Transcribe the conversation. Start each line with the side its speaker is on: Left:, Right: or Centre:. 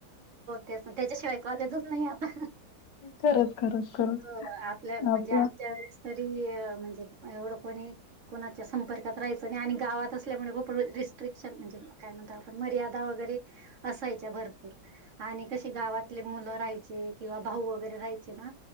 Right: ते त्याच्याशिवाय कॉलेजच नाही आता.
Left: खरंच खरंच. खरंच
Right: हा आपल्या म्हणजे
Left: आपलं
Right: आमच्या वेळेस तरी म्हणजे एवढं कोणी कोणाच्या संपर्कात राहायचं नाही आणि गावात असल्यामुळे खूप रिस्ट्रिक्शन म्हणजे काय म्हणतो आपण मर्यादा वगैरे असायच्या भरपूर आणि कसे गावातले मुलं राहायचे किंवा भाऊ वगैरे राहायचे ना?